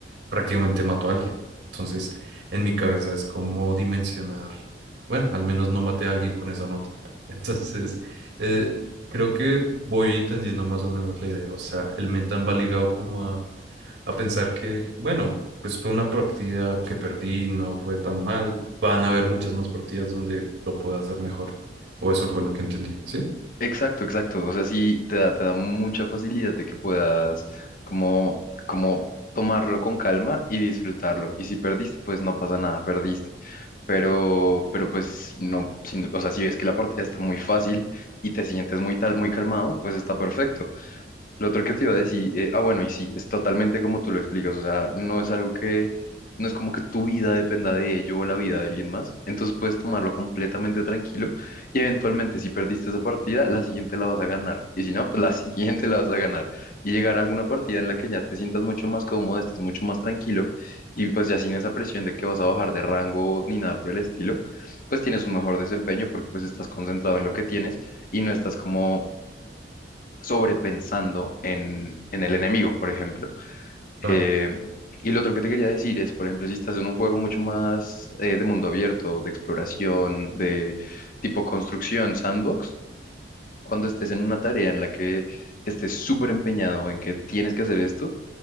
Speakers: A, on the right; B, on the left.
A: prácticamente mato a alguien. Entonces, en mi cabeza es como dimensionar, bueno, al menos no maté a alguien con esa nota. <laughs> Entonces, eh, creo que voy entendiendo más o menos la idea. O sea, el mental va ligado como a a pensar que, bueno, pues fue una partida que perdí, no fue tan mal. Van a haber muchas más partidas donde lo pueda hacer mejor. O eso fue lo que entendí, ¿sí?
B: Exacto, exacto. O sea, sí te da, te da mucha facilidad de que puedas como, como tomarlo con calma y disfrutarlo. Y si perdiste, pues no pasa nada, perdiste. Pero, pero pues si no, si no- o sea, si ves que la partida está muy fácil y te sientes muy tal, muy calmado, pues está perfecto. Lo otro que te iba a decir, eh, ah, bueno, y sí, es totalmente como tú lo explicas, o sea, no es algo que, no es como que tu vida dependa de ello o la vida de alguien más, entonces puedes tomarlo completamente tranquilo y eventualmente si perdiste esa partida, la siguiente la vas a ganar, y si no, pues la <laughs> siguiente la vas a ganar, y llegar a alguna partida en la que ya te sientas mucho más cómodo, estés mucho más tranquilo, y pues ya sin esa presión de que vas a bajar de rango ni nada por el estilo, pues tienes un mejor desempeño porque pues estás concentrado en lo que tienes y no estás como sobrepensando en, en el enemigo, por ejemplo. Eh,
A: Claro.
B: y lo otro que te quería decir es, por ejemplo, si estás en un juego mucho más eh, de mundo abierto, de exploración, de tipo construcción, sandbox, cuando estés en una tarea en la que estés súper empeñado en que tienes que hacer esto,